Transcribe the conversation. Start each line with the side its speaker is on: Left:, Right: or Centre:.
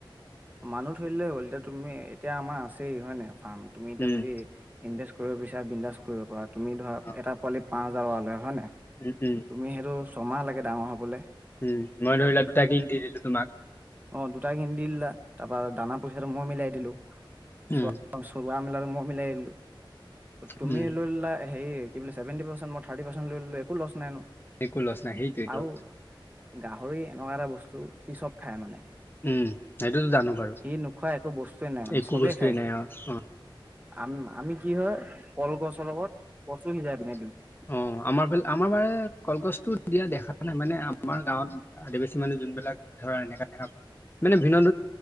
Right: মানুহ থৈ দিলেই হৈ গল এতিয়া তুমি এতিয়া আমাৰ আছেই হয় নাই? ফাৰ্ম তুমি এতিয়া
Left: উম
Right: যদি ইনভেচ্ কৰিব বিচাৰা বিনদাচ্ কৰিব পাৰা তুমি ধৰা
Left: অ
Right: এটা পোৱালী পাঁচ হাজাৰ টকা লয় হয় নাই।
Left: উম উম
Right: তুমি সেইটো ছমাহ লাগে ডাঙৰ হবলৈ।
Left: উম, মই ধৰি লোৱা দুটা কিন দি দিলো তোমাক।
Right: অ, দুটা কিনি দি দিলা তাৰ পৰা দানা পইচাটো মই মিলাই দিলো
Left: উম
Right: চোৱা চোৱা মেলাটো মই মিলাই দিলো। তুমি
Left: উম,
Right: লৈ ললা হেৰি কি বুলে চেভেনটি পাৰ্চেণ্ট মই থ্ৰাৰ্টি পাৰ্চেণ্ট লৈ ললে একো লছ নাই ন
Left: একো লচ নাই সেইটোৱেত
Right: আৰু গাহৰি এনেকুৱা এটা বস্তু সি চব খায় মানে।
Left: উম, সেইটোতো জানো বাৰু
Right: সি নোখোৱা একো বস্তুৱে নাই মানে,
Left: একো
Right: চবেই
Left: বস্তুৱে
Right: খায় সি।
Left: নাই অ, অ,।
Right: আম আমি কি হয় কলগছৰ লগত কচু সিজাই পিনে
Left: অ,
Right: দিওঁ।
Left: আমাৰ ফালে আমাৰ বাৰে কলগছটো দিয়া দেখা নাই মানে আমাৰ গাঁৱত আদিবাসী মানুহ যোনবিলাক ধৰা এনেকা এনেক মানে ভিন্ন